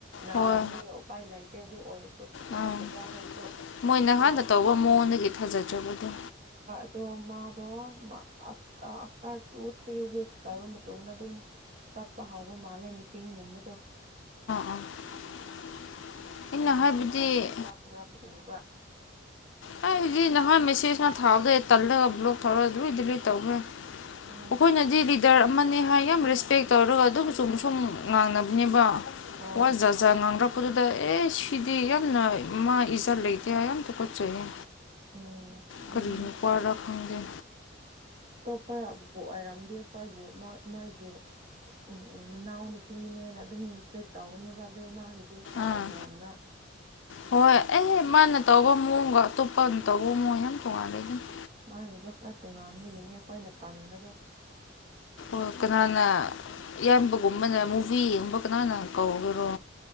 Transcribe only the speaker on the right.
ꯅꯥꯕꯅꯤꯅ
ꯎꯄꯥꯏ ꯂꯩꯇꯦ ꯑꯗꯨ ꯑꯣꯏꯁꯨ ꯊꯥꯖꯗꯕ
ꯍꯩꯁꯨ
ꯂꯣ
<unintelligible> ꯃꯥꯗꯣ ꯑꯐꯇꫪ ꯇꯨ ꯊ꯭ꯔꯤ ꯋꯤꯛꯁ ꯄꯥꯏꯕ ꯃꯇꯨꯡꯗ ꯑꯗꯨꯝ ꯆꯠꯄ ꯍꯧꯕ ꯃꯥꯜꯂꯦ ꯃꯤꯇꯤꯡꯒꯨꯝꯕꯗꯣ
ꯃꯥꯒꯤ
ꯏꯁꯇꯦꯇꯥꯁꯇ ꯃꯔꯛ ꯃꯔꯛ ꯀꯗꯕ
ꯎꯝ
ꯍꯣꯏ
ꯎꯝ ꯑꯗꯨꯅꯦ
ꯑꯩꯈꯣꯏꯕꯨ ꯑꯣꯏꯔꯝꯗꯤ ꯑꯩꯈꯣꯏꯕꯨ ꯃꯣꯏꯒꯤ ꯎꯝ ꯎꯝ ꯅꯅꯥꯎ ꯅꯨꯄꯤꯅꯦꯅ ꯑꯗꯨꯝ ꯇ꯭ꯔꯤꯠ ꯇꯧꯒꯅꯦꯕ ꯑꯗꯨꯣ ꯃꯥꯒꯤꯗꯤ ꯈꯔ
ꯇꯣꯉꯥꯟꯥꯟꯕ
ꯃꯥꯒꯤꯗꯣ ꯈꯔ ꯇꯣꯉꯥꯟꯕꯒꯤꯅꯦ ꯑꯩꯈꯣꯏꯅ ꯇꯥꯟꯕꯗꯣ